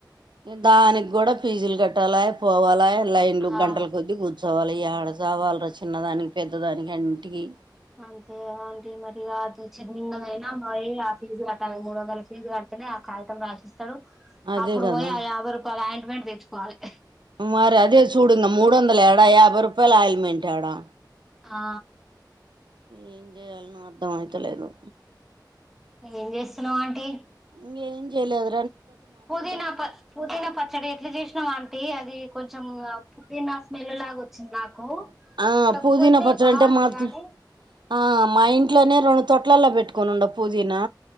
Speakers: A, on the right; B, in the centre.
A: దానికి కూడా పీజీలు కట్టాలి పోవాలా లైన్లు
B: ఆ
A: గంటల కొద్ద్దీ కూర్చు సవాళ్ళ ఈ ఆడస వాళ్ళు చిన్న దానికి పెద్ద దానికి అంటికి
B: అంతే అంటే మరి అది చిన్నన్నదయినా మ ఆ ఫీజు కట్టాలి మూడు వందల ఫీజు కట్ట అనే ఆ కాగితం రాసిస్తాడు
A: అదే
B: అప్పుడు
A: కదా
B: పోయి ఆ యాభై రూపాయలు అయింట్మెంట్ తెచ్చుకోవాలి
A: మరి అదే చూడుంగ మూడు వందల ఎడా యాభై రూపాయల ఆయల్మెంట్ ఎడా
B: ఆ
A: ఏం చేయాల అర్థమయితలేదు
B: ఏం చేస్తున్నావా ఆంటీ
A: ఇం ఏం చేలేదు
B: పుదీనా ప పుదీనా పచ్చడి ఎట్లా చేసినావా అంటి అది కొంచం కొంచెం పుదీనా స్మెల్ లాగా వచ్చింది నాకు
A: ఆ
B: కాకపోతే
A: పుదీనా పచ్చడి
B: బాగుంది
A: అంటే మాత్
B: గాని
A: ఆ మా ఇంట్లోనే రెండు తొట్లలా పెట్టుకోనిండ పూదీనా